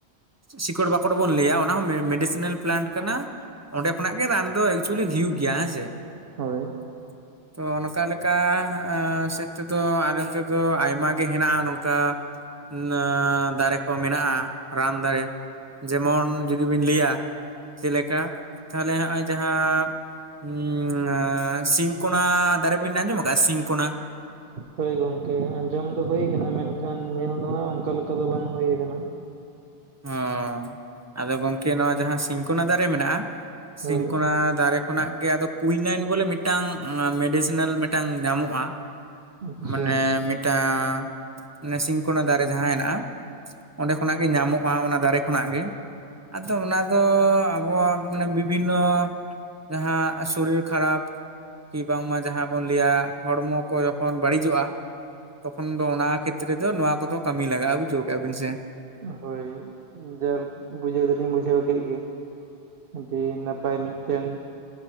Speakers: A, on the right; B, on the right.
A: ᱥᱤᱠᱚᱲ ᱵᱟᱠᱚᱲ ᱵᱚᱱ ᱞᱟᱹᱭᱼᱟ ᱚᱱᱟ ᱦᱚᱸ ᱢᱮᱰᱤᱥᱮᱱᱟᱞ ᱯᱞᱮᱱᱴ ᱠᱟᱱᱟ᱾ ᱚᱸᱰᱮ ᱠᱷᱚᱱᱟᱜ ᱜᱮ ᱨᱟᱱ ᱫᱚ ᱮᱠᱪᱩᱭᱮᱞᱤ ᱦᱩᱭᱩᱜ ᱜᱮᱭᱟ ᱦᱮᱸ ᱥᱮ᱾
B: ᱦᱳᱭ
A: <inaudible> ᱛᱚ ᱚᱱᱠᱟ ᱞᱮᱠᱟ ᱟ ᱥᱮᱫ ᱛᱮᱫᱚ ᱟᱞᱮ ᱚᱱᱛᱮ ᱫᱚ ᱟᱭᱢᱟ ᱜᱮ ᱦᱮᱱᱟᱜᱼᱟ ᱱᱚᱝᱠᱟ ᱱᱟᱹ ᱫᱟᱨᱮ ᱠᱚ ᱢᱮᱱᱟᱜᱼᱟ ᱨᱟᱱ ᱫᱟᱨᱮ᱾ ᱡᱮᱢᱚᱱ ᱡᱩᱫᱤ ᱵᱤᱱ ᱞᱟᱹᱭᱟ ᱪᱮᱫ ᱞᱮᱠᱟ ᱛᱟᱦᱚᱞᱮ ᱦᱚᱸᱜᱼᱚᱭ ᱡᱟᱦᱟᱸ ᱩᱸ ᱟᱸ ᱥᱤᱝ ᱠᱚᱱᱟ ᱫᱟᱨᱮ ᱵᱮᱱ ᱟᱸᱡᱚᱢ ᱟᱠᱟᱜᱼᱟ ᱥᱤᱝᱠᱚᱱᱟ?
B: ᱦᱳᱭ ᱜᱚᱝᱠᱮ ᱟᱸᱡᱚᱢ ᱫᱚ ᱦᱩᱭ ᱠᱟᱱᱟ ᱢᱮᱱᱠᱷᱟᱱ ᱧᱮᱞ ᱫᱚ ᱦᱟᱸᱜ ᱚᱱᱠᱟ ᱞᱮᱠᱟ ᱫᱚ ᱵᱟᱝ ᱦᱩᱭᱠᱟᱱᱟ᱾
A: ᱚᱸ ᱟᱫᱚ ᱜᱚᱝᱠᱮ ᱱᱚᱣᱟ ᱡᱟᱦᱟᱸ ᱥᱤᱝᱠᱚᱱᱟ ᱫᱟᱨᱮ ᱢᱮᱱᱟᱜᱼᱟ, ᱥᱤᱝᱠᱚᱱᱟ
B: ᱦᱳᱭ
A: ᱫᱟᱨᱮ ᱠᱷᱚᱱᱟᱜ ᱜᱮ ᱟᱫᱚ ᱠᱩᱭᱱᱟᱭᱤᱱ ᱵᱚᱞᱮ ᱢᱤᱴᱴᱟᱝ ᱟᱸ ᱢᱮᱰᱤᱥᱮᱱᱟᱞ ᱢᱤᱴᱟᱝ ᱧᱟᱢᱚᱜᱼᱟ᱾
B: ᱟᱪᱪᱷᱟ
A: ᱢᱟᱱᱮ ᱢᱤᱫ ᱴᱟᱸ ᱚᱱᱮ ᱥᱤᱝᱠᱳᱱᱟ ᱫᱟᱨᱮ ᱡᱟᱦᱟᱸ ᱦᱮᱱᱟᱜᱼᱟ ᱚᱸᱰᱮ ᱠᱷᱚᱱᱟᱜ ᱜᱮ ᱧᱟᱢᱚᱜ ᱚ ᱟ ᱚᱱᱟ ᱫᱟᱨᱮ ᱠᱷᱚᱱᱟᱜ ᱜᱮ ᱟᱫᱚ ᱚᱱᱟ ᱫᱚ ᱟᱵᱚᱣᱟᱜ ᱢᱟᱱᱮ ᱵᱤᱵᱤᱱᱱᱚ ᱡᱟᱦᱟᱸ ᱥᱚᱨᱤᱨ ᱠᱷᱟᱨᱟᱯ ᱠᱤ ᱵᱟᱝᱢᱟ ᱡᱟᱦᱟᱸ ᱵᱚᱱ ᱞᱟᱹᱭᱟ ᱦᱚᱲᱢᱚ ᱠᱚ ᱡᱚᱠᱷᱚᱱ ᱵᱟᱹᱲᱤᱡᱚᱜᱼᱟ ᱛᱚᱠᱷᱚᱱ ᱫᱚ ᱚᱱᱟ ᱠᱷᱮᱛᱨᱮ ᱫᱚ ᱱᱚᱣᱟ ᱠᱚᱫᱚ ᱠᱟᱹᱢᱤ ᱞᱟᱜᱟᱜᱼᱟ ᱵᱩᱡᱷᱟᱹᱣ ᱠᱮᱜᱼᱟ ᱵᱮᱱ ᱥᱮ᱾
B: ᱦᱳᱭ ᱡᱟᱞᱠ ᱵᱩᱡᱷᱟᱹᱣ ᱫᱚᱞᱤᱧ ᱵᱩᱡᱷᱟᱹᱣ ᱠᱮᱫ ᱜᱮ, ᱟᱹᱰᱤ ᱱᱟᱯᱟᱭ ᱢᱤᱫᱴᱮᱱ